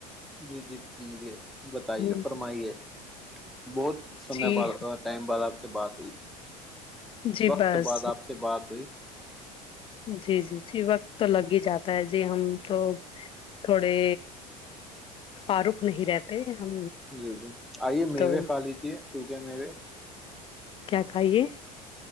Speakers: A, in the centre; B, on the left.
A: جی جی ج جی بتائیے
B: ہوں
A: فرمائیے بہت سمے
B: جی
A: ب ٹائم ب آ سے بات ہوئی
B: جی
A: وقت
B: بس
A: بعد آپ سے بات ہوئی
B: جی جی جی وقت تو لگ ہی جاتا ہے جی ہم تو تھوڑے فاروق نہیں رہتے ہم
A: جی جی آئیے میوے
B: تو
A: کھا لیجے سوکھے میوے
B: کیا کھائیے